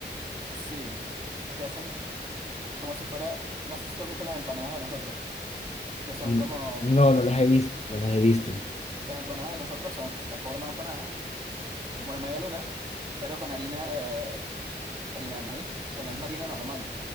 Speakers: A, on the right; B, on the left.
A: sí, que hacen co- como si fuera, no sé si tú has visto las empanadas de nosotros, que son
B: Mm,
A: como,
B: No, no las he visto, no las he visto.
A: las empanadas de nosotros son la forma de empanada, que es como una media luna, pero con harina de, harina de maíz, o sea, la misma harina normal,